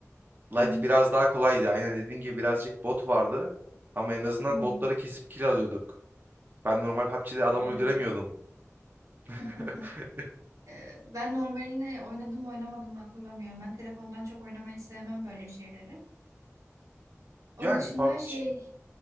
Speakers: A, on the right (about 40°); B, on the right (about 80°).
A: Lite
B: hı hı,
A: biraz daha kolaydı. Aynen dediğin gibi birazcık bot vardı. Ama en azından
B: hı hı.
A: botları kesip kill alıyorduk. Ben normal PUBG'de adamı
B: Evet.
A: öldüremiyordum. <laughs>
B: <laughs> Ee, Ben normalini oynadım mı oynamadım mı hatırlamıyorum. Ben telefondan çok oynamayı sevmem böyle şeyleri. Onun
A: Yani
B: dışında
A: PUBG
B: şey